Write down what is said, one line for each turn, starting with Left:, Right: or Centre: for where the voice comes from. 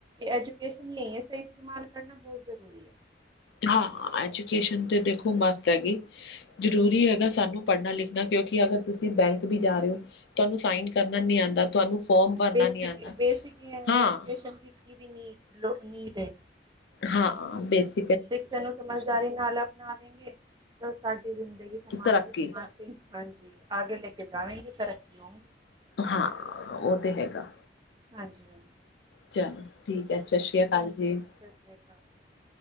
Right: ਐਜੂਕੇਸ਼ਨ ਨਈ ਐ ਸਈ ਇਸਤੇਮਾਲ ਕਰਨਾ ਬੌਤ ਜ਼ਰੂਰੀ ਐ।
Left: ਹਾਂ, ਐਜੂਕੇਸ਼ਨ ਤੇ ਦੇਖੋ ਮਸਟ ਹੈਗੀ। ਜਰੂਰੀ ਹੈਗਾ ਸਾਨੂੰ ਪੜਨਾ-ਲਿਖਨਾ ਕਿਉਂਕਿ ਅਗਰ ਤੁਸੀ ਬੈਂਕ ਵੀ ਜਾ ਰਏ ਓ ਤੁਆਨੂੰ ਸਾਈਨ
Right: ਤੁਹਾਨੂੰ
Left: ਕਰਨਾ ਨੀਂ ਆਂਦਾ, ਤੁਆਨੂੰ ਫੋਰਮ ਭਰਨਾ
Right: ਬੇਸਿਕ
Left: ਨੀਂ ਆਂਦਾ।
Right: ਬੇਸਿਕ ਈ ਐ,
Left: ਹਾਂ
Right: ਐਜੂਕੇਸ਼ਨ ਦੀ ਕੀ ਵੀ ਨੀ ਲੋ ਨੀਡ ਐ।
Left: ਹਾਂ, ਬੇਸ
Right: ਸ਼ਿਕਸਾ ਨੂੰ ਸਮਝਦਾਰੀ ਨਾਲ ਅਪਨਾਵੇਂਗੇ, ਤਾਂ ਸਾਡੀ ਜ਼ਿੰਦਗੀ ਸਮਾਜ
Left: ਤਰੱਕੀ
Right: ਤੇ ਸਮਾਜ ਜੀ, ਹਾਂਜੀ ਆਗੇ ਲੈਕੇ ਜਾਵੇਂਗੇ ਤਰੱਕੀ ਹੋਂ ਗੀ
Left: ਹਾਂ, ਓ ਤੇ ਹੈਗਾ।
Right: ਹਾਂਜੀ-ਹਾਂਜੀ
Left: ਚਲੋ ਠੀਕ ਐ, ਸਤਿ ਸ਼੍ਰੀ ਅਕਾਲ ਜੀ।
Right: ਸਸ ਸ੍ਰੀ ਕਾਲ ਜੀ, ਸ